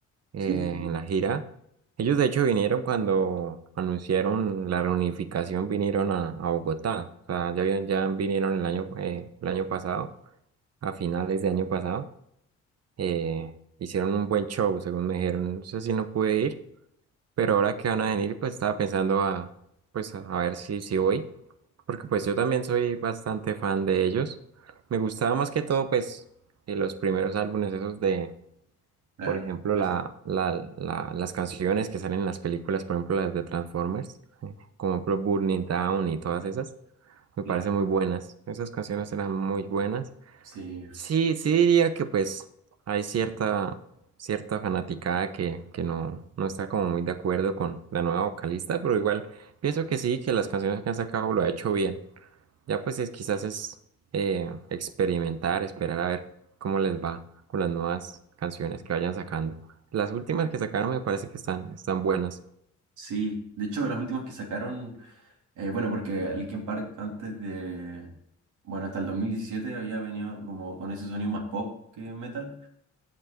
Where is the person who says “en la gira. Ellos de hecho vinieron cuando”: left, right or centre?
Right